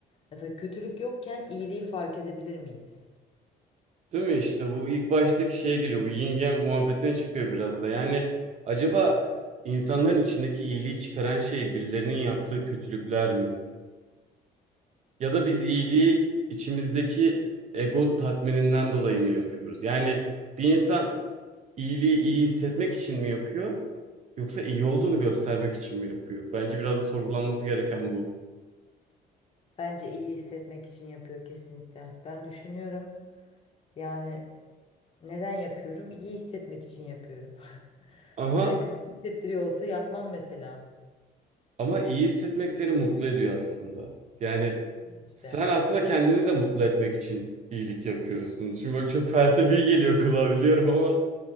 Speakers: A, on the left (about 35°); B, on the right (about 45°).
A: mesela kötülük yokken iyiliği fark edebilir miyiz?
B: Değil mi işte bu ilk baştaki şeye geliyor. Bu yin yang muhabbetine çıkıyor biraz da. Yani acaba insanların içindeki iyiliği çıkaran şey birilerinin yaptığı kötülükler mi? Ya da biz iyiliği içimizdeki ego tatmininden dolayı mı yapıyoruz? Yani bir insan iyiliği iyi hissetmek için mi yapıyor? Yoksa iyi olduğunu göstermek için mi yapıyor? Bence biraz da sorgulanması gereken bu.
A: Bence iyi hissetmek için yapıyor kesinlikle. Ben düşünüyorum. Yani neden yapıyorum? İyi hissetmek için yapıyorum. <laughs>
B: Ama
A: Hani kötü hissettiriyor olsa yapmam mesela
B: ama iyi hissetmek seni mutlu ediyor aslında. Yani
A: işte.
B: sen aslında kendini de mutlu etmek için iyilik yapıyorsun. Şimdi bak çok felsefi geliyor kulağa biliyorum ama